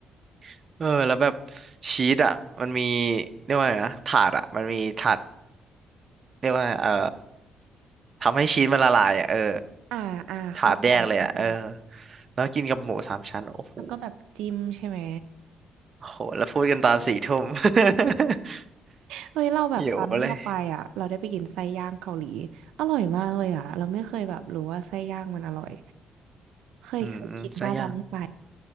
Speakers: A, on the right; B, on the right.
A: <laughs> เออแล้วแบบชีสอ่ะมันมีเรียกว่าไงนะ ถาดอ่ะมันมีถาดเรียกว่าไงเออ ทำให้ชีสมันละลายอ่ะเออ
B: อ่าอ่าเข้าใจเข้าใจ
A: ถาดแยกเลยอ่ะเออแล้วกินกับหมูสามชั้นโอ้โห
B: แล้วก็แบบจิ้มใช่ไหม
A: โอ้โหแล้วพูดกันตอนสี่ทุ่ม <laughs>
B: เฮ้ยเราแบบตอนที่เราไปอ่ะเราได้ไปกินไส้ย่างเกาหลี
A: หิวเลย
B: อร่อยมากเลยอ่ะเราไม่เคยแบบรู้ว่าไส้ย่างมันอร่อยเคยเคยคิดว่าตอนที่ไป
A: อืมสักอย่าง